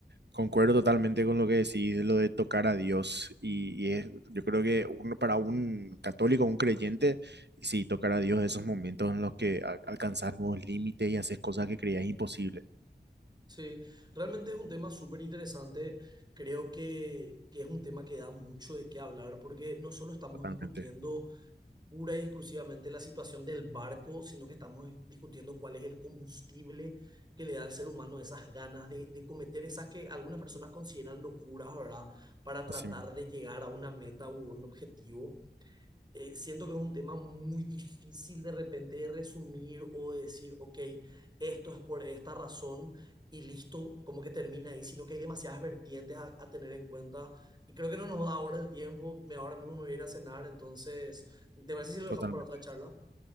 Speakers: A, on the right; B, on the right.
A: Concuerdo totalmente con lo que decís, lo de tocar a Dios. Y, y es- yo creo que uno, para un católico, un creyente, sí, tocar a Dios, esos momentos en los que al- alcanzas nuevos límites y haces cosas que creías imposibles.
B: Sí, realmente es un tema súper interesante. Creo que, que es un tema que da mucho de qué hablar porque no solo estamos
A: Totalmente.
B: discutiendo pura y exclusivamente la situación del barco, sino que estamos discutiendo cuál es el combustible que le da al ser humano esas ganas de, de cometer esas que algunas personas consideran locuras, ¿verdad? Para tratar
A: Así mismo.
B: de llegar a una meta u un objetivo eh, siento que es un tema muy difícil de repente de resumir o de decir, ok, esto es por esta razón y listo, como que termina ahí, sino que hay demasiadas vertientes a, a tener en cuenta y creo que no nos da ahora el tiempo, me, ahora mismo me voy a ir a cenar, entonces, ¿te parece si lo
A: Totalmente.
B: dejamos para otra charla?